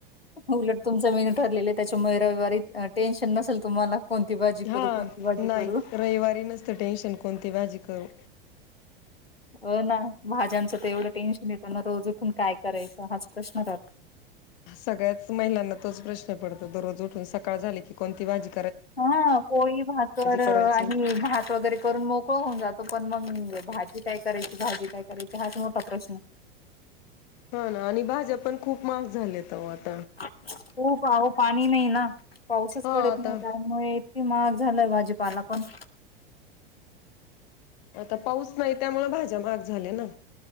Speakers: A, on the left; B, on the left.
A: उलट तुमचं मीन ठरलेलं त्याच्या मयराविवारी टेन्शन नसेल तुम्हाला कोणती भाजी
B: हा
A: करू कोणती भाजी
B: नाही
A: करू
B: रविवारी नसत टेन्शन कोणती भाजी करू
A: अ ना भाज्यांच तर एवढं टेन्शन येतना रोज तून काय करायचं हाच प्रश्न रात
B: ा सगळ्याच महिलांना तोच प्रश्न पडतो दररोज उठून सकाळ झाली की कोणती बाजी
A: हा पोळी भाकर
B: करायची
A: आणि भात वगैरे करून मोकळ होऊन जातो पण मग भाजी काय करायची भाजी काय करायची हाच मोठा प्रश्न
B: हा ना आणि भाज्या पण खूप म् झालेत तर
A: होूवं पाणी नाही ना पाऊसच
B: हा
A: पडत
B: आता
A: नाही त्यामुळे इतकीे महाग झालंय भाजीपाला पण
B: आता पाऊस नाही त्यामुळे भाज्या महाग झाल्या ना